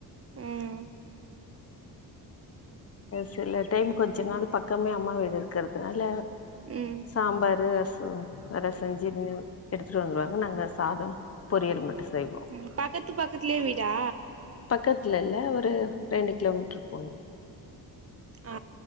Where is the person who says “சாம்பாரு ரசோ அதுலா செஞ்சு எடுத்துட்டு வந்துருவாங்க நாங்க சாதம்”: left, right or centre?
Left